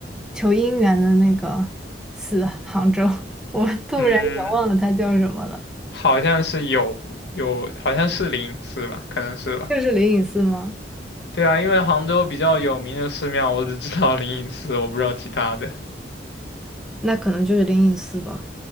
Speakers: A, in the centre; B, on the left (about 70°).
A: 求姻缘的那个寺，杭州，<laughs> 我突然也忘了它叫什么了，
B: 嗯，好像是有有，好像是灵隐寺吧，可能是吧。
A: 就是灵隐寺吗？
B: 对啊，因为杭州比较有名的寺庙，我只知道灵隐寺，我不知道其他的。
A: 那可能就是灵隐寺吧，